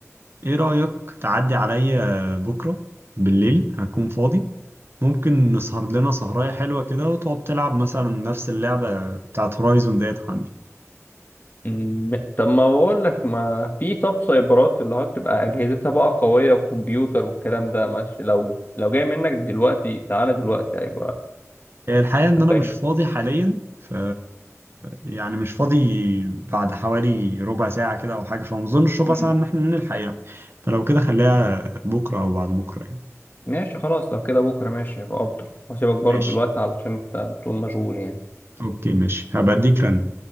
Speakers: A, on the right; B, on the left.
A: ايه رأيك تعدي عليا بكرة بالليل هكون فاضي ممكن نسهر لنا سهراية حلوة كده وتقعد تلعب مثلا نفس اللعبة بتاعت هورايزون ديت عندي
B: مم. طب ما بقول لك ما في طب سايبرات اللي هو بتبقى اجهزتها بقى قويه وكمبيوتر والكلام ده ماشي لو لو جاي منك دلوقتي تعالى دلوقتي هيبقى
A: الحقيقة
B: ولا
A: ان انا مش
B: ايه
A: فاضي حاليا ف يعني مش فاضي بعد حوالي ربع ساعة كده او حاجة فما اظنش ربع
B: مم.
A: ساعة ان احنا نلحق يعني فلو كده خليها بكرة او بعد بكرة يعني
B: ماشي خلاص لو كده بكره ماشي هيبقى افضل واسيبك برضه
A: ماشي
B: دلوقتي علشان انت بتقول مشغول يعني
A: اوكي ماشي هبقى اديك رن